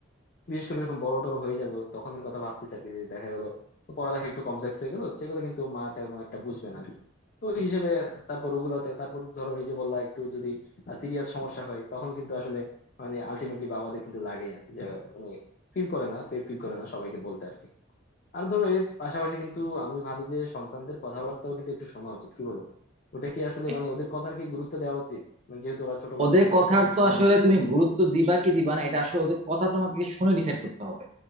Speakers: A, on the left; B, on the right.
A: বিশেষ করে যখন বড় টড় হয়ে যাবে ও, তখনের কথা ভাবতেছি আর কি যে দেখা গেল ও পড়ালেখা একটু কমপ্লেক্স হয়ে গেল সেগুলো কিন্তু মা তেমন একটা বুঝবে না আর কি তো ওই হিসেবে তারপর ওগুলাতে তারপর ধরো এই যে বললা একটু যদি সিরিয়াস সমস্যা হয় তখন কিন্তু আসলে মানে আলটিমেটলি বাবাদের কিন্তু লাগেই আর কি যে উনি ফিল করে না সেফ ফিল করে না সবাইকে বলতে আর কি আর ধরো এর পাশাপাশি কিন্তু আমি ভাবি যে সন্তানদের কথাবার্তাও কিন্তু একটু শোনা উচিত কি বলো ওটা কি আসলে
B: হ্যাঁ,
A: মানে ওদের কথার কি গুরুত্ব দেওয়া উচিত মানে যেহেতু ওরা ছোট বাচ্চা
B: ওদের
A: ওদের
B: কথার
A: কথা কি
B: তো
A: শোনা
B: আসলে
A: উচিত
B: তুমি
A: আমার
B: গুরুত্ব দিবা কি দিবা না এটা আসলে ওদের কথা তোমাকে শুনে ডিসাইড করতে হবে